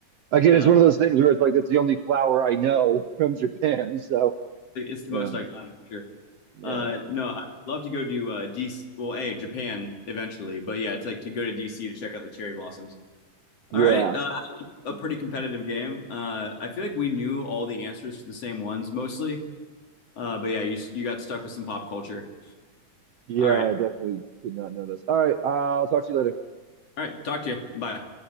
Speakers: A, on the right; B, on the left.
A: Again,
B: Uh,
A: it's one of those things where it's like that's the only flower I know from Japan. <laughs> So
B: it's the
A: yeah,
B: most iconic, for sure.
A: yeah.
B: Uh, no, I'd love to go to uh, DC. Well, a Japan eventually, but yeah, it's like to go to DC to check out the cherry blossoms.
A: Yeah.
B: All right, uh, a pretty competitive game. Uh, I feel like we knew all the answers to the same ones mostly. Uh, but yeah, you you got stuck with some pop culture.
A: Yeah,
B: All right,
A: I definitely did not know this. All right, uh, I'll talk to you later.
B: all right. Talk to you. Bye.